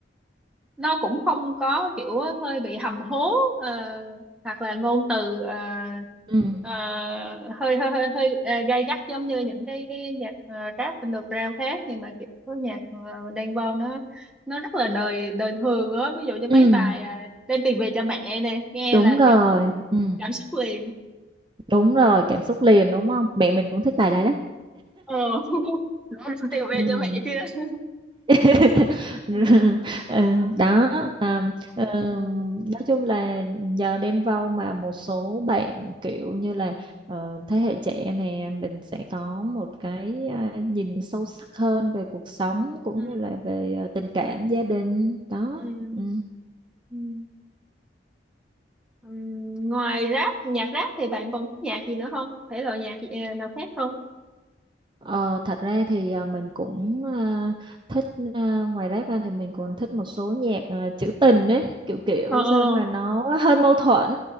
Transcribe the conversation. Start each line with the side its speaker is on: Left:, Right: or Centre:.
Centre: nó cũng không có kiểu hơi bị hầm hố ờ, hoặc là ngôn từ ờ,
Right: ừ.
Centre: ờ, hơi hơi hơi hơi ờ, gay gắt giống như những cái cái nhạc ờ, rap underground khác nhưng mà kiểu nhạc uh, Đen Vâu nó nó rất là đời đời thường á ví dụ như
Right: Ừ.
Centre: mấy bài ờ, đem tiền về cho mẹ nè nghe
Right: Đúng
Centre: là
Right: rồi
Centre: kiểu
Right: ừ.
Centre: cảm xúc liền
Right: Đúng rồi cảm xúc liền đúng không mẹ mình cũng thích bài đấy đó
Centre: ờ <laughs> đã đem tiền về
Right: ừ.
Centre: cho mẹ chưa
Right: <laughs>
Centre: <laughs>
Right: Ờ, đó à, ờ,
Centre: ừ
Right: nói chung là nhờ Đen Vâu mà một số bạn kiểu như là ờ, thế hệ trẻ này mình sẽ có một cái à, nhìn sâu sắc hơn về cuộc sống cũng
Centre: ừ
Right: như là về à, tình cảm gia đình đó
Centre: ừ
Right: ừ.
Centre: ừ Ừm, ngoài rap nhạc rap thì bạn còn thích nhạc gì nữa không thể loại nhạc gì, ờ, nào khác không
Right: Ờ, thật ra thì à, mình cũng à, thích à, ngoài rap ra thì mình còn thích một số nhạc à, trữ tình ấy kiểu kiểu
Centre: ờ ờ.
Right: sao mà nó hơi mâu thuẫn